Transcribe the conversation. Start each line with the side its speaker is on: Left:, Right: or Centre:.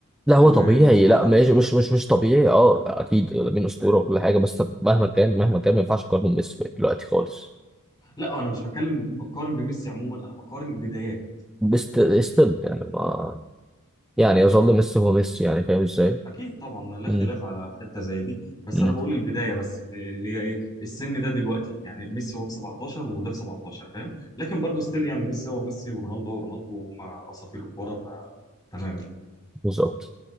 Centre: لا هو
Left: والموضوع
Centre: طبيعي لا ماشي مش مش مش طبيعي اه اكيد لامين اسطوره وكل حاجه بس مهما كان مهما كان ما ينفعش اقارنه بميسي دلوقتي خالص
Left: لا انا مش بتكلم بقارن بميسي عموما انا بقارن بدايات
Centre: بس ستيل يعني ما يعني يظل ميسي هو ميسي يعني فاهم ازاي؟
Left: اكيد طبعا لا
Centre: امم
Left: خلاف على حته زي دي بس
Centre: امم
Left: انا بقول البدايه بس اللي هي ايه السن ده دلوقتي يعني ميسي هو في 17 وده في 17 فاهم لكن برضه ستيل يعني ميسي هو ميسي ورونالدو هو رونالدو وهم اساطير الكوره فتمام يعني
Centre: بالظبط